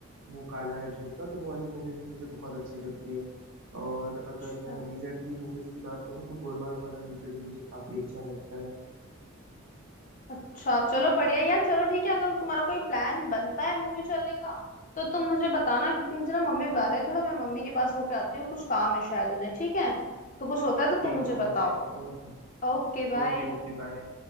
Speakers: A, on the right; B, on the left.
A: मुंह काला है झूठ का तो वो वाली मूवी भी मुझे बहुत अच्छी लगती है और अगर
B: अच्छा
A: मैं लीजेंडरी मूवीज की बात करूँ तो गोलमाल फन अनलिमिटेड भी मुझे काफी अच्छा लगता है
B: अच्छा चलो बढ़िया यार चलो ठीक है अगर तुम्हारा कोई प्लान बनता है मूवी चलने का तो तुम मुझे बताना क्योंकि मुझे ना मम्मी बुला रहे हैं थोड़ा मैं मम्मी के पास होके आती हूँ कुछ काम है शायद उन्हें ठीक है तो कुछ होता है तो
A: ठीक
B: तुम मुझे
A: है okay
B: बताओ
A: Okay
B: Okay bye
A: Okay okay bye